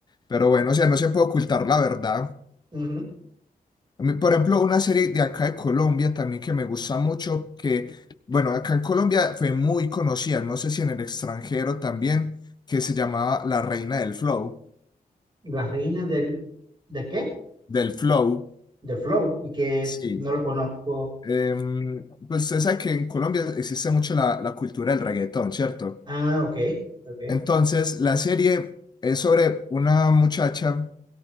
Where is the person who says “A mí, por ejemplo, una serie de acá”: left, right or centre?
Left